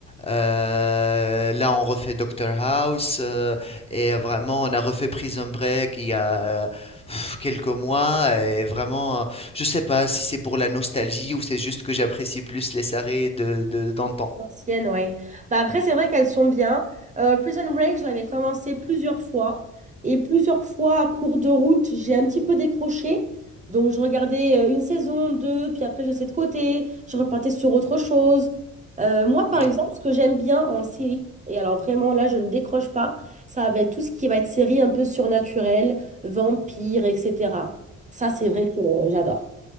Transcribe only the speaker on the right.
anciennes ouais. Bah après, c'est vrai qu'elles sont bien. Euh, Prison Break, je l'avais commencé plusieurs fois. Et plusieurs fois, à cours de route, j'ai un petit peu décroché. Donc, je regardais euh, une saison, deux, puis après, je laissais de côté. Je repartais sur autre chose. Euh, moi, par
exemple, ce que j'aime bien en série, et alors vraiment, là, je ne décroche pas, ça va être tout ce qui va être série un peu surnaturelle, vampire, etc. Ça, c'est vrai que euh, j'adore.